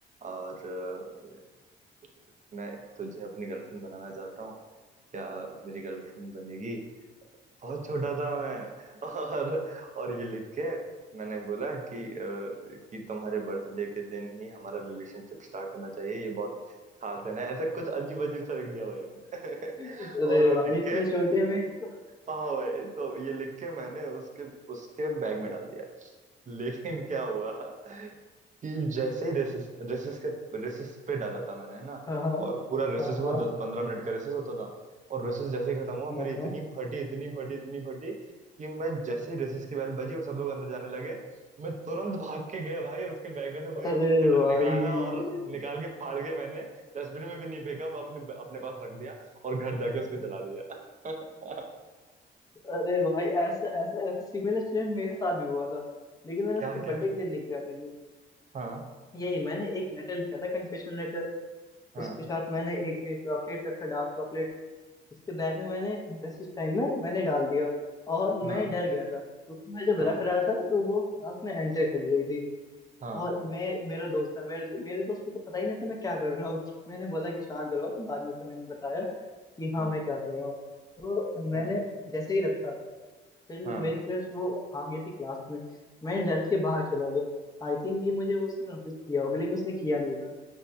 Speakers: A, on the right; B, on the left.
A: और अ, मैं तुझे अपनी गर्लफ्रेंड बनाना चाहता हूँ क्या मेरी गर्लफ्रेंड बनेगी बहुत छोटा था मैं <laughs> और और ये लिख के मैंने बोला कि अ, कि तुम्हारे बर्थडे के दिन ही हमारा रिलेशनशिप स्टार्ट होना चाहिए ये बहुत खास दिन है ऐसा कुछ अजीब अजीब सा लिख दिया भाई मैंने
B: अरे
A: <laughs> और वो
B: भाई
A: लिख
B: इतने
A: के
B: छोटे में इतना
A: हाँ भाई तो ये लिख के मैंने उसके उसके बैग में डाल दिया लेकिन क्या हुआ कि जैसे ही रेसेस रेसेस के रेसेस पे डाला था मैंने है ना
B: हाँ हाँ
A: और पूरा रेसेस
B: हाँ
A: हुआ
B: हाँ
A: दस पंद्रह मिनट का रेसेस होता था और रेसेस जैसे ही खत्म हुआ
B: हाँ
A: मेरी इतनी
B: हाँ।
A: फटी इतनी फटी इतनी फटी कि मैं जैसे ही रेसेस की बेल बजी और सब लोग अंदर जाने लगे मैं तुरंत भाग के गया भाई उसके बैग में से वही
B: अरे
A: लेटर
B: भाई
A: निकाला और निकाल के फाड़ के मैंने डस्टबिन में भी नहीं फेंका मैं अपने अपने पास रख दिया और घर जाके उसको जला दिया <laughs>
B: अरे भाई ऐसा ऐसा ऐसा सिमिलर एक्सीडेंट मेरे साथ भी हुआ था लेकिन मैंने
A: क्या
B: उसके
A: क्या
B: बर्थडे के दिन नहीं किया था ये
A: हाँ
B: यही मैंने एक लेटर लिखा था कन्फेशनल लेटर
A: हाँ
B: उसके साथ मैंने एक चॉकलेट रखा डार्क चॉकलेट उसके बैग में मैंने रेसिस टाइम में मैंने डाल दिया और मैं
A: हाँ
B: डर गया था क्योंकि मैं जब
A: हाँ
B: रख रहा था तो वो क्लास में एंटर कर रही थी
A: हाँ
B: और मैं मेरा दोस्त था मेरे मेरे दोस्त को तो पता ही नहीं था मैं क्या कर रहा हूँ मैंने बोला कि शांत रहो बाद में उसे मैंने बताया कि हाँ
A: हाँ
B: मैं क्या कर रहा हूँ तो मैंने
A: हाँ
B: जैसे ही रखा फिर
A: हाँ
B: मेरी क्रश वो आ गई थी क्लास में मैं डर के बाहर चला गया आई थिंक कि मुझे वो उसने नोटिस किया होगा लेकिन उसने किया नहीं था